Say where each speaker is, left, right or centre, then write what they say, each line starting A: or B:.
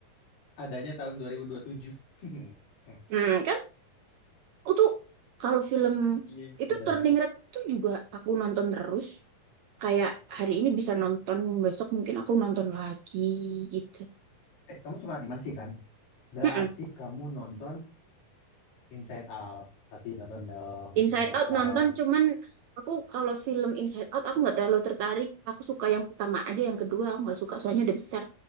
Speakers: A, on the left; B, on the right.
A: adanya tahun 2027 <laughs>
B: Hmm, kan aku kalau film
A: iya
B: itu
A: sudah
B: Turning
A: lihat
B: Red tuh juga aku nonton terus. Kayak hari ini bisa nonton, besok mungkin aku nonton lagi gitu.
A: eh kamu suka animasi kan berarti
B: Mm-mm.
A: kamu nonton Inside Out pasti nonton dong
B: Inside
A: Inside
B: Out nonton
A: Out
B: cuman aku kalau film Inside Out aku nggak terlalu tertarik. Aku suka yang pertama aja, yang kedua aku nggak suka soalnya udah besar.